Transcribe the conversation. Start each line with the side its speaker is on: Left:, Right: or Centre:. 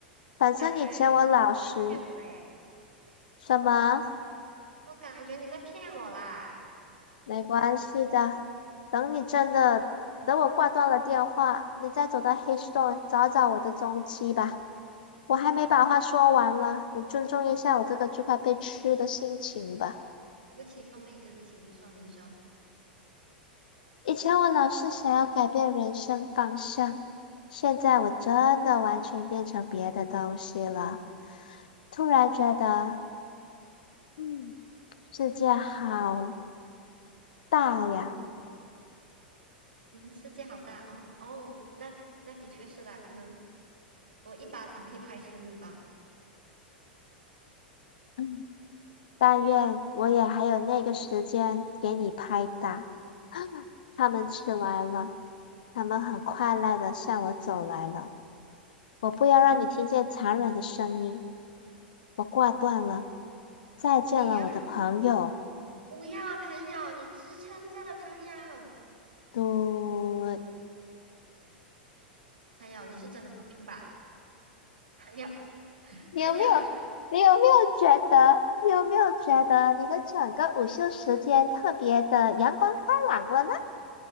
Left: 反正以前我老实，
Right: 感觉你在骗我嘞！
Left: 什么
Right: 我感觉你在骗我啦！
Left: 没关系的。等你真的，等我挂断了电话，你再走到黑洞找找我的踪迹吧。我还没把话说完呢，你尊重一下我这个就快被吃的心情吧。
Right: 对不起，凤梨，对不起，您说您说，
Left: 以前我老是想要改变人生方向，现在我真的完全变成别的东西了。突然觉得，嗯，世界好大呀。
Right: 嗯嗯，世界好大哦哦，那那的确是啦，可能我一巴掌可以拍死你吧。
Left: 嗯。但愿我也还有那个时间给你拍打。他们起来了，他们很快乐的向我走来了。我不要让你听见残忍的声音。
Right: 嗯，
Left: 我挂断了，再见了，
Right: 不要啊
Left: 我的朋友。
Right: 不要啊，朋友，你支撑着，朋友，
Left: 嘟，<laughs>
Right: 朋友，你是真的有病吧？朋友，
Left: 你有没有？
Right: 朋友，
Left: 你有没有觉得？你有没有觉得你的整个午休时间特别的阳光开朗了呢？